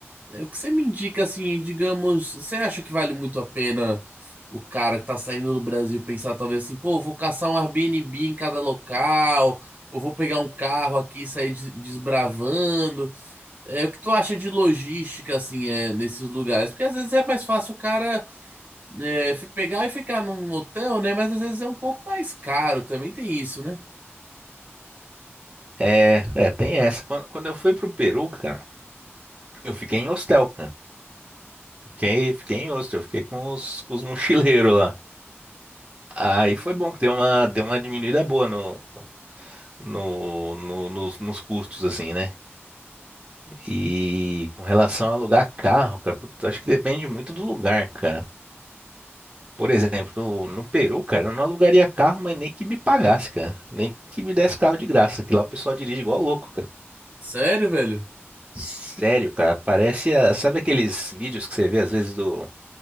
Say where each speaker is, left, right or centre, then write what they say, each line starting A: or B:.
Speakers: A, on the right (about 40°); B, on the right (about 25°).
A: É, O que você me indica, assim, digamos, você acha que vale muito a pena o cara que tá saindo do Brasil pensar, talvez assim, pô, vou caçar um Airbnb em cada local, ou vou pegar um carro aqui e sair des- desbravando? É, o que tu acha de logística, assim, é, nesses lugares? Porque às vezes é mais fácil o cara é, fi- pegar e ficar num hotel, né? Mas às vezes é um pouco mais caro, também tem isso, né?
B: É, é, tem essa. Quando, quando eu fui pro Peru, cara, eu fiquei em hostel, cara. Fiquei, fiquei em hostel, fiquei com os, com os mochileiros lá. Aí foi bom que deu uma, deu uma diminuída boa no, no, no- nos, nos custos, assim, né? E com relação a alugar carro, cara, putz, acho que depende muito do lugar, cara. Por exemplo, no, no Peru, cara, eu não alugaria carro, mas nem que me pagasse, cara. Nem que me desse carro de graça, que lá o pessoal dirige igual louco, cara.
A: Sério, velho?
B: Sério, cara, parece a- sabe aqueles vídeos que você vê às vezes do